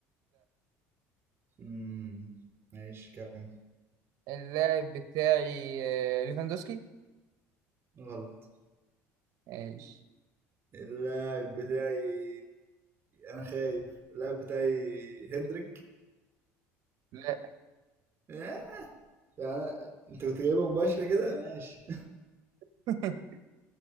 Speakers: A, on the right; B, on the right.
A: مم. ماشي كمل
B: اللاعب بتاعي آه، ليفاندوسكي
A: غلط
B: ماشي
A: اللاعب بتاعي انا خايف اللاعب بتاعي هندريك
B: لا
A: آه، يعني انت كنت جايبها مباشرة كده ماشي
B: <laughs>